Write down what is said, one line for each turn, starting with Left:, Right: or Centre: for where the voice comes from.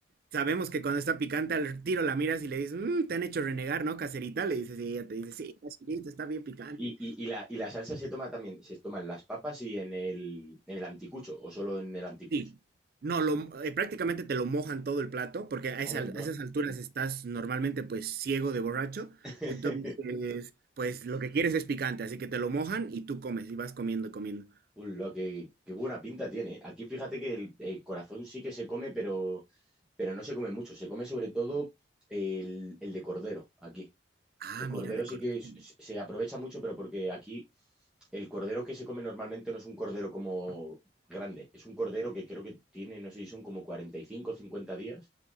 Right: sabemos que cuando está picante al tiro la miras y le dices, "Mm, te han hecho renegar, ¿no, caserita? Le dices, y ella te dice, sí, caserita, está bien picante.
Centre: Y, y- y la, y la salsa se toma también, se toman las papas y en el, en el anticucho, o solo en el anticucho.
Right: Sí. No, lo, eh, prácticamente te lo mojan todo el plato, porque a,
Centre: Anda.
Right: esa- a esas alturas estás normalmente pues ciego de borracho.
Centre: <laughs>
Right: Entonces, pues lo que quieres es picante, así que te lo mojan y tú comes y vas comiendo y comiendo.
Centre: Lo que, qué buena pinta tiene. Aquí fíjate que el, el corazón sí que se come, pero, pero no se come mucho. Se come sobre todo el, el de cordero aquí.
Right: Ah,
Centre: El cordero
Right: mira, de
Centre: sí
Right: cordero.
Centre: que s- s- se aprovecha mucho, pero porque aquí el cordero que se come normalmente no es un cordero como grande. Es un cordero que creo que tiene, no sé si son como cuarenta y cinco o cincuenta días